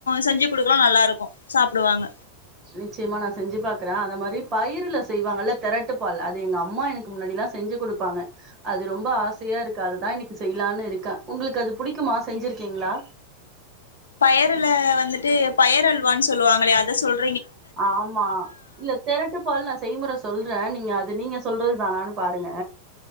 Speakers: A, on the left (about 70°); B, on the right (about 30°).
A: செஞ்சு குடுக்கலா நல்லாருக்கு சாப்டுவாங்க
B: நிச்சயமா நா செஞ்சு பாக்கறே அந்த மாரி பயிருல செய்வாங்கல்ல தெரட்டு பால்ல அது எங்க அம்மா எனக்கு முன்னாடிலா செஞ்சு குடுப்பாங்க அது ரொம்ப ஆசையா இருக்கு அதுதா இன்னிக்கு செய்யலானு இருக்கே உங்ளுக்கு அது புடிக்குமா செஞ்சிருக்கிங்ளா
A: பயருல வந்துட்டு பயரல்வான் சொல்லுவாங்களே அத சொல்
B: ஆமா இல்ல தெரட்டு பால் நா செய்முற சொல்ற நீங்க அது நீங்க சொல்றது தானானு பாருங்க